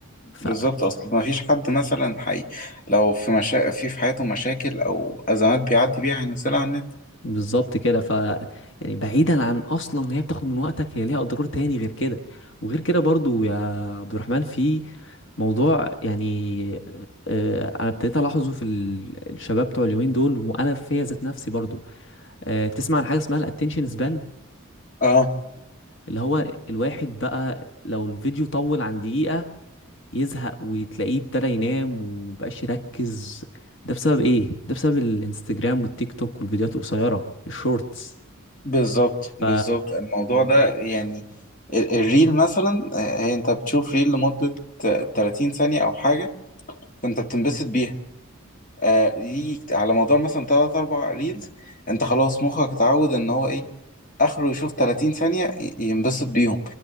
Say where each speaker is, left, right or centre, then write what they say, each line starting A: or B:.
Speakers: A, on the left; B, on the left.
A: ف...
B: بالظبط اصل ما فيش حد مثلا حي لو في مشا... في في حياته مشاكل او ازمات بيعدي بيها هينزلها على النت
A: بالظبط كده ف يعني بعيدا عن اصلا إن هي بتاخد من وقتك هي ليها اضرار تاني غير كده وغير كده برضو يا عبد الرحمن في موضوع يعني آه، انا ابتديت الاحظه في ال- الشباب بتوع اليومين دول وانا فيا ذات نفسي برضو آه، تسمع عن حاجه اسمها الاتنشن سبان
B: اه
A: اللي هو الواحد بقى لو الفيديو طول عن دقيقه يزهق وتلاقيه ابتدى ينام ومبقاش يركز ده بسبب ايه ده بسبب الانستجرام والتيك توك والفيديوهات القصيره الشورتس
B: بالظبط بالظبط
A: ف
B: الموضوع ده يعني ال- الريل مثلا آه، هي انت بتشوف ريل لمدة آه، 30 ثانية او حاجة فانت بتنبسط بيها آه ليك على مدار مثلا تلات أربع ريلز أنت خلاص مخك اتعود إن هو إيه آخره يشوف 30 ثانية ي- ينبسط بيهم